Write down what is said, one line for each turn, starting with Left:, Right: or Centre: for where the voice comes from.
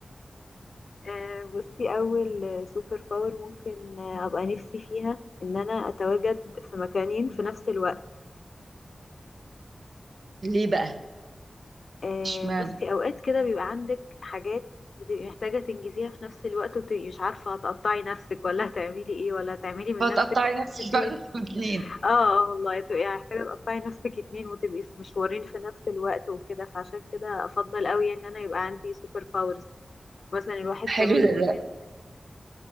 Left: آه بصي اول سوبر باور ممكن آه، ابقى نفسي فيها ان انا اتواجد في مكانين في نفس الوقت
Right: ليه بقى
Left: آه،
Right: اشمعنى
Left: بصي اوقات كده بيبقى عندك حاجات بتبقي محتاجة تنجزيها في نفس الوقت وبتبقي مش عارفة هتقطعي نفسك ولا هتعملي ايه ولا هتعملي من
Right: فتقطعي
Left: نفسك نسختين
Right: نفسك فعلا في اتنين
Left: اه آه، والله تبقي محتاجة تقطعي نفسك اتنين وتبقي في مشوارين في نفس الوقت وكده فعشان كده افضل قوي ان انا يبقى عندي سوبر باورز مثلا الواحد
Right: حلو
Left: كمان ممكن
Right: ده ده